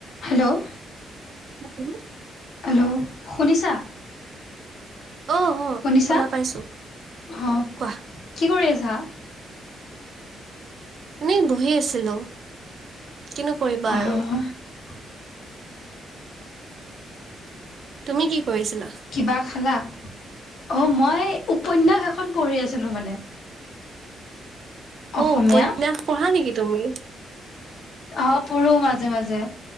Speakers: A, on the left (about 60°); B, on the right (about 45°).
A: Hello
B: hello
A: hello শুনিছা?
B: অ অ
A: শুনিছা?
B: শুনা পাইছো
A: অ',
B: কোৱা
A: কি কৰি আছা?
B: এনেই বহি আছিলো। কিনো
A: আহ।
B: কৰিবা আৰু তুমি কি কৰিছিলা
A: কিবা খালা? অ', মই উপন্যাস এখন পঢ়ি আছিলোঁ মানে। অসমীয়া
B: অ', উপন্যাস পঢ়া নেকি তুমি?
A: অ', পঢ়োঁ, মাজে, মাজে